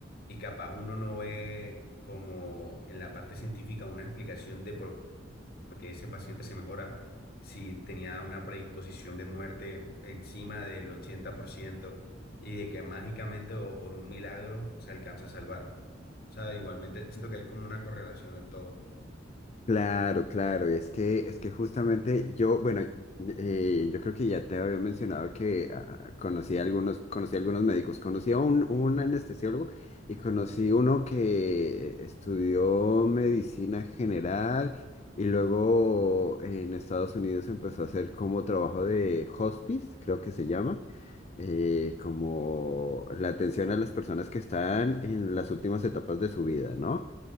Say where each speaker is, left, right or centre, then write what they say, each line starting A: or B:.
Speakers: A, on the left; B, on the left.
A: y capaz uno no ve como en la parte científica una explicación de por por qué ese paciente se mejora si tenía una predisposición de muerte encima del 80% y de que mágicamente o por un milagro se alcanza a salvar. O sea, igualmente siento que hay como una correlación en todo.
B: Claro, claro, y es que, es que justamente yo, bueno, eh, yo creo que ya te había mencionado que ah, ah, conocí a algunos, conocí a algunos médicos, conocí a un, un anestesiólogo y conocí uno que estudió medicina general y luego en Estados Unidos empezó a hacer como trabajo de hospice, creo que se llama, eh, como la atención a las personas que están en las últimas etapas de su vida, ¿no?